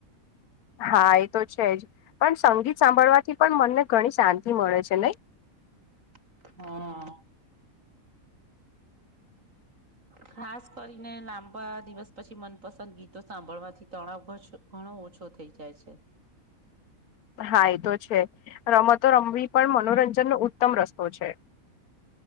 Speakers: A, on the left (about 80°); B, on the right (about 60°).
A: હા એ તો છે જ પણ સંગીત સાંભળવાથી પણ મનને ઘણી શાંતિ મળે છે નહી.
B: હ. ખાસ કરીને લાંબા દિવસ પછી મનપસંદ ગીતો સાંભળવાથી તણાવ ઓછો ઘણો ઓછો થઈ જાય છે.
A: હા ઈ તો છે રમતો રમવી પણ મનોરંજન નો ઉત્તમ રસ્તો છે.